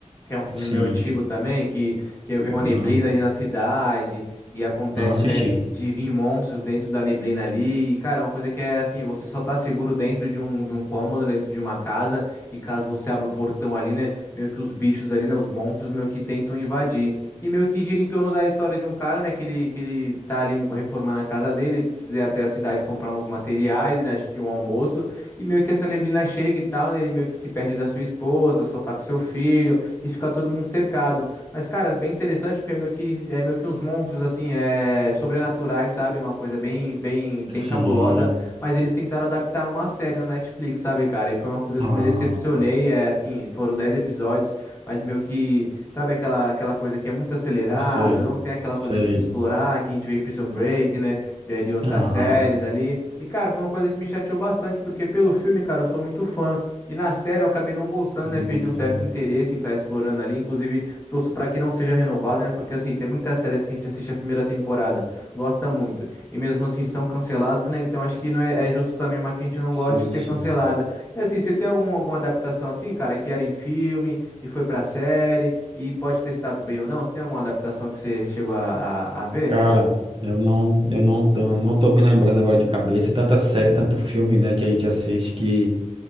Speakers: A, on the left; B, on the right.
A: que é um filme
B: sim.
A: meio antigo também, que, que eu vi uma
B: Não,
A: neblina ali na cidade, e acontece,
B: não assisti.
A: né, de vir monstros dentro da neblina ali, e, cara, é uma coisa que é assim, você só tá seguro dentro de um, de um cômodo, né, dentro de uma casa, e caso você abra o portão ali, né, meio que os bichos ali, né, os monstros meio que tentam invadir. E meio que gira em torno da história de um cara, né, que ele, que ele tá ali reformando a casa dele, ele precisa ir até a cidade comprar uns materiais, né, acho que um almoço, e meio que essa neblina chega e tal, né, ele meio que se perde da sua esposa, só tá com seu filho, e fica todo mundo cercado. Mas, cara, bem interessante porque é meio que, é meio que uns monstros, assim, é, sobrenaturais, sabe? Uma coisa bem, bem, bem
B: Sim.
A: cabulosa. Mas eles tentaram adaptar uma série no Netflix, sabe, cara? E foi uma coisa
B: Ah,
A: que eu me decepcionei. É assim, foram 10 episódios, mas meio que, sabe aquela, aquela coisa que é muito acelerado,
B: eu sei,
A: não tem aquela
B: sei.
A: coisa de se explorar, que a gente vê em Prison Break, né? Vê ali em outras
B: Aham.
A: séries ali. E, cara, foi uma coisa que me chateou bastante, porque pelo filme, cara, eu sou muito fã. E na série eu acabei não gostando,
B: E-
A: né? Perdi um certo interesse em estar explorando ali. Inclusive, torço para que não seja renovada né? Porque assim, tem muitas séries que a gente assiste a primeira temporada, gosta muito. E mesmo assim são canceladas, né? Então acho que não é, é justo também uma que a gente não goste
B: Sim,
A: ser
B: sim.
A: cancelada. E assim, você tem algum, alguma adaptação assim, cara, que era em filme e foi pra série e pode ter estado bem ou não? Você tem alguma adaptação que você chegou a, a a ver?
B: Cara, eu não, eu não tô, não tô me lembrando agora de cabeça. Tanta série, tanto filme, né, que a gente assiste